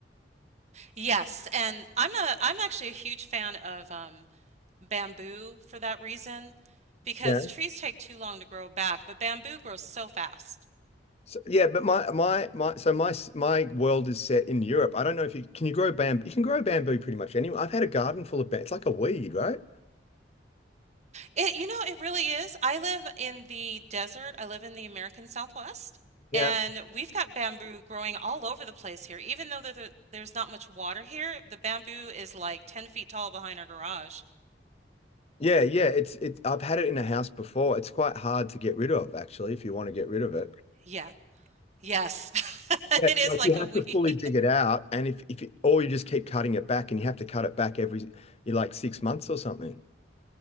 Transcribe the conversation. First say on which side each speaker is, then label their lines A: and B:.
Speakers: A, on the right; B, on the left.
A: Yes, and I'm a I'm actually a huge fan of um bamboo for that reason because
B: Yeah.
A: trees take too long to grow back, but bamboo grows so fast.
B: So, yeah, but my my my so my my world is set in Europe. I don't know if you can you grow bamboo. You can grow bamboo pretty much anywhere. I've had a garden full of bamboo. It's like a weed, right?
A: It, you know, it really is. I live in the desert. I live in the American Southwest,
B: Yeah.
A: and we've got bamboo growing all over the place here. Even though there, there- there's not much water here, the bamboo is like 10 feet tall behind our garage.
B: Yeah, yeah, it's it. I've had it in a house before. It's quite hard to get rid of, actually, if you want to get rid of it.
A: Yeah. Yes. <laughs>
B: Yeah,
A: It is
B: like
A: like
B: you
A: a
B: have
A: weed.
B: to fully dig
A: <laughs>
B: it out, and if if you, or you just keep cutting it back, and you have to cut it back every you like six months or something.